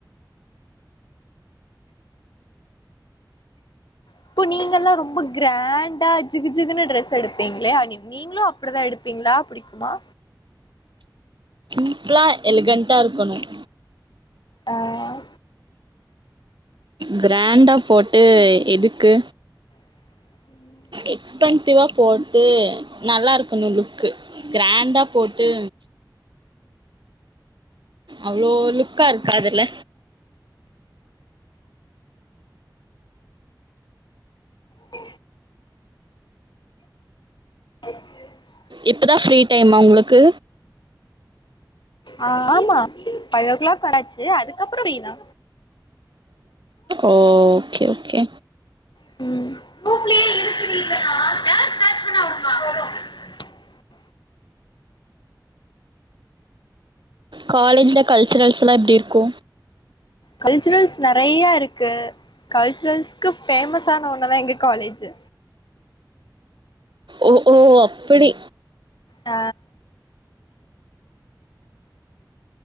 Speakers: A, on the left; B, on the right.
A: இப்போ நீங்க எல்லாம் ரொம்ப கிராண்டா ஜிகுஜிகுன்னு டிரஸ் எடுப்பீங்களே நீங்களும் அப்படிதான் எடுப்பீங்களா புடிக்குமா
B: இப்பலா எழுகண்டா இருக்கணும்
A: ஆஹ்
B: கிராண்டா போட்டு எதுக்கு
A: உம்
B: எக்ஸ்பென்சிவா போட்டு நல்லா இருக்கு னும் லுக்கு கிராண்டா போட்டு அவ்ளோ லுக்கா இருக்காதுல
A: உ <inaudible>
B: இப்பதா ஃபிரீ டைமா உங்களுக்கு?
A: ஆ ஆமா ஃபைவ் ஓ கிளாக் ஆச்சு அதுக்கப்றோ ஃப்ரீதா
B: ஓகே ஓகே
A: ம்
B: காலேஜ்ல கல்ச்சரல்ஸ்லா எப்டி இருக்கு?
A: கல்ச்சுரல்ஸ் நெறைய இருக்கு. கல்ச்சுரல்ஸ்க்கு பேஃமஸான ஒண்ணுதா எங்க காலேஜு.
B: ஓ ஓ அப்படி.
A: ஆ